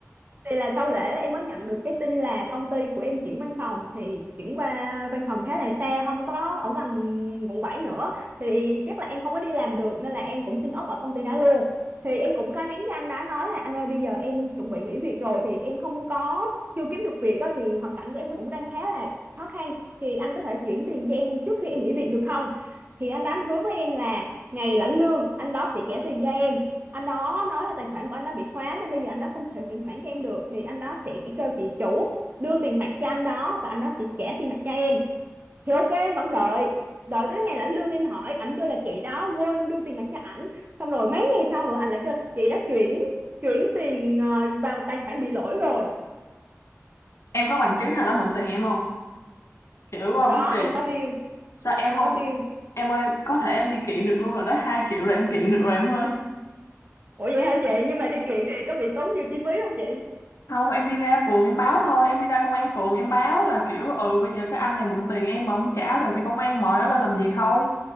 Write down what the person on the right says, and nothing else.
thì là sau lễ em mới nhận được cái tin là công ty của em chuyển văn phòng thì chuyển qua văn phòng khá là xa không có ở gần quận 7 nữa thì chắc là em không có đi làm được nên là em cũng xin ốp ở công ty đó luôn thì em cũng có nhắn cho anh đó nói là anh ơi bây giờ em chuẩn bị nghỉ việc rồi thì em không có chưa kiếm được việc á thì hoàn cảnh của em nó cũng đang khá là khó khăn thì anh có thể chuyển tiền cho em trước khi em nghỉ việc được không thì anh đó anh hứa với em là ngày lãnh lương anh đó sẽ trả tiền cho em anh đó nói là tài khoản của anh đã bị khóa nên bây giờ anh đó không thể chuyển khoản cho em được thì anh đó sẽ kêu chị chủ đưa tiền mặt cho anh đó và anh đó sẽ trả tiền mặt cho em thì ok em vẫn đợi đợi tới ngày lãnh lương em hỏi ảnh kêu là chị đó quên đưa tiền mặt cho ảnh xong rồi mấy ngày sau rồi anh lại kêu chị đã chuyển chuyển tiền ờ, vào tài khoản bị lỗi rồi
có
em có bill
em
có bill
ủa vậy hả chị nhưng mà đi kiện thì có bị tốn nhiều chi phí không chị